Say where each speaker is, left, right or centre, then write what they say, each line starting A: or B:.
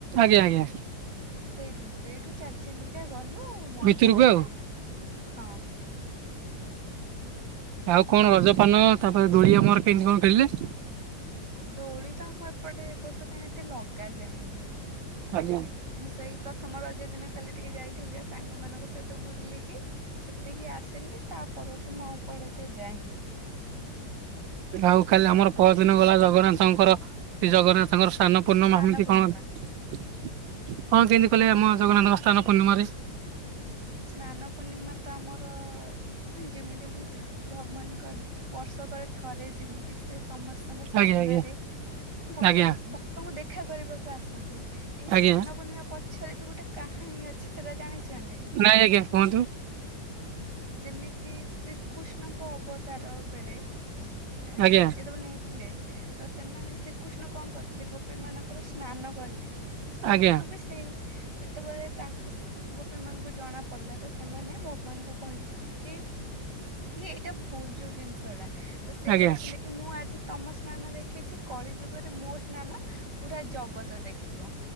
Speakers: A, on the right; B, on the right.
A: ଆଜ୍ଞା ଆଜ୍ଞା।
B: ସେଇଠୁ, ସେଇଠୁ ଚାଲି ଚାଲିକା ଗଲୁ ମନ୍ଦିର
A: ଭିତରକୁ ଆଉ।
B: ଯାଏ ହଁ।
A: ଆଉ କଣ ରଜପାନ ତାପରେ ଦୋଳି ଆମର କେମିତି କଣ ଖେଳିଲେ?
B: ଦୋଳି ତ ଆମ ଏପଟେ ଏ ବର୍ଷ କାହିଁ ଏତେ ଲଗା ଯାଇନି।
A: ଆଜ୍ଞା
B: ମୁଁ ସେଇ ପ୍ରଥମ ରଜ ଦିନ ଖାଲି ଟିକେ ଯାଇଥିଲି ଯା ସାଙ୍ଗମାନାନଙ୍କ ସହିତ ବୁଲିକି। ସେତିକି ଆସିଲି ତା ପରଠୁ ମୁଁ ଆଉ କୁଆଡେେ ଏତେ ଯାଇନି।
A: ଆଉ କାଲି ଆମର ପରଦିନ ଗଲା ଜଗନ୍ନାଥଙ୍କର, ସେ ଜଗନ୍ନାଥଙ୍କର ସ୍ନାନ ପୂର୍ଣ୍ଣିମା
B: ସ୍ନାନ
A: ସେମିତି
B: ପୂର୍ଣ୍ଣିମା
A: କଣ? କଣ କେମିତି କଲେ
B: ହଁ
A: ଆମ ଜଗନ୍ନାଥଙ୍କ ସ୍ନାନ ପୂର୍ଣ୍ଣିମାରେ?
B: ସ୍ନାନ ପୂର୍ଣ୍ଣିମା ତ ଆମର ଯେମିତି ଭଗବାନଙ୍କର ବର୍ଷକରେ ଥରେ ଯେମିତି ସେ ସମସ୍ତଙ୍କ ସାମ୍ନାରେ
A: ଆଜ୍ଞା ଆଜ୍ଞା
B: ଭକ୍ତଙ୍କୁ
A: ଆଜ୍ଞା
B: ଭ ଭକ୍ତଙ୍କୁ ଦେଖା କରିବାକୁ ଆସନ୍ତି। ଏଇ
A: ଆଜ୍ଞା
B: ସ୍ନାନ ପୂର୍ଣ୍ଣିମା ପଛରେ ବି ଗୋଟେ କାହାଣୀ ଅଛି। ଅଛି। ସେଟା ଜାଣିଚନ୍ତି?
A: ନାଇ ଆଜ୍ଞା କୁହନ୍ତୁ।
B: ଯେମିତି ଶ୍ରୀକୃଷ୍ଣଙ୍କ ଅବତାର ବେଳେ ଏ
A: ଆଜ୍ଞା
B: ଯେତେବେଳେ ନେଇଥିଲେ ତ ସେମାନେ ଶ୍ରୀକୃଷ୍ଣ କଣ କରିଥିଲେ ଗୋ ଗୋପି ମାନଙ୍କର ସ୍ନାନ କରିଥିଲେ। ତ ତାଙ୍କୁ
A: ଆଜ୍ଞା
B: ବି ଯେତେବେଳେ ତାଙ୍କୁ ଗୋପୀ ମାନଙ୍କୁ ଜଣା ପଡିଲା, ତ ସେମାନେ ଭଗବାନଙ୍କୁ କହିଥିଲେ କି କି ଏଇଟା ଭୁଲ ଯୋଉ ଜିନିଷଟା। ତ ସେ
A: ଆଜ୍ଞା
B: କହିଥିଲେ କି ମୁଁ ଆଜି ତମ ସ୍ନାନ ଦେଖିଛି, କଳି ଯୁଗରେ ମୋ ସ୍ନାନ ପୁରା ଜଗତ ଦେଖିବ।